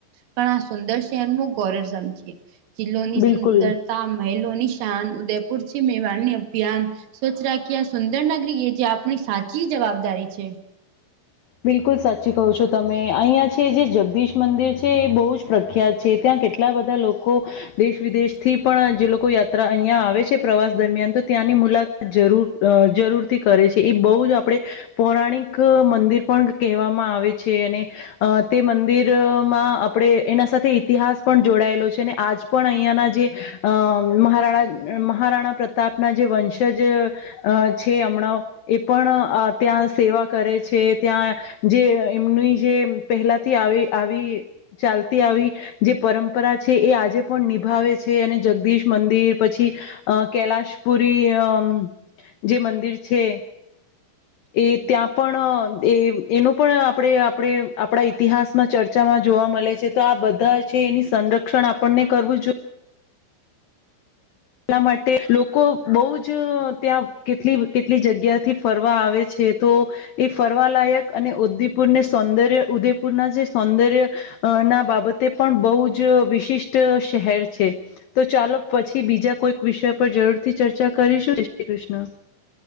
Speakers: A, on the right; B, on the left.
A: પણ આ સુંદર શહેરનો ગૌરવ સમજીએ જિલ્લોની સુંદરતા,
B: બિલકુલ
A: મહિલોની <unintelligible> ઉદયપુ છે મેવાડની અભિયાન સ્વચ્છ રાખ્યા સુંદરનગરી એ જે આપણી સાચી જવાબદારી છે.
B: બિલકુલ સાચી કહો છો તમે અહીંયા છે જે જગદીશ મંદિર છે એ બહુ જ પ્રખ્યાત છે ત્યાં કેટ લા બધા લોકો દેશ વિદેશથી પણ જે લોકો યાત્રા અહિયા આવે છે પ્રવાસ દરમિયાન તો ત્યાંની મુલા જરૂર અ જરૂરથી કરે છે એ બહુ જ આપડે પૌરાણિક મંદિર પણ કહેવામાં આવે છે અને અ તે મંદિરમાં આપડે એના સાથે ઇતિહાસ પણ જોડાયેલો છે અને આજ પણ અહીંયાના જે અ મહારાણા મહારાણા પ્રતાપના જે વંશજ અ છે હમણાં એ પણ અ ત્યાં સેવા કરે છે. ત્યાં જે એમની જે પહેલાથી આવી આવી ચાલતી આવી જે પરંપરા છે એ આજે પણ નિભાવે છે અને જગદીશ મંદિર પછી અ કૈલાશપુરી અમ જે મંદિર છે. એ ત્યા પણ એ એનું પણ આપડે આપડે આપડા ઈતિહાસમાં ચર્ચામાં જોવા મલે છે તો આ બધા છે એની સંરક્ષણ આપણને કરવું જો એટલા માટે લોકો બહુ જ ત્યાં કેટલી કેટલી જગ્યાથી ફરવા આવે છે તો એ ફરવાલાયક અને ઉદીપુરને સૌંદર્ય ઉદેપુરના જે સૌંદર્ય અ ના બાબતે પણ બહુ જ વિશિષ્ટ શહેર છે. તો ચાલો પછી બીજા કોઈક વિષય પર જરૂરથી ચર્ચા કરીશું જય શ્રી કૃષ્ણ.